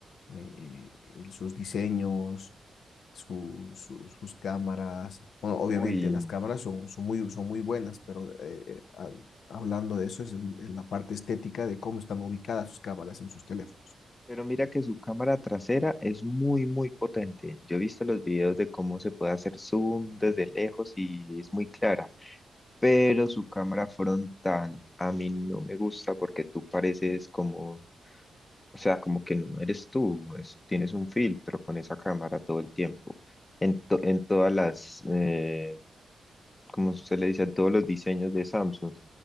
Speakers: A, on the left; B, on the left.
A: eh, eh, el- sus diseños, su- su- sus cámaras. Bueno, obviamente
B: Uy.
A: las cámaras son, son muy, son muy buenas, pero eh, eh, ha- hablando de eso es en- en la parte estética de cómo están ubicadas sus cámaras en sus teléfonos.
B: Pero mira que su cámara trasera es muy, muy potente. Yo he visto los videos de cómo se puede hacer zoom desde lejos y es muy clara. Pero su cámara frontal a mí no me gusta porque tú pareces como, o sea, como que no eres tú. es- tienes un filtro con esa cámara todo el tiempo. En, to- en todas las, eh, como usted le dice, en todos los diseños de Samsung,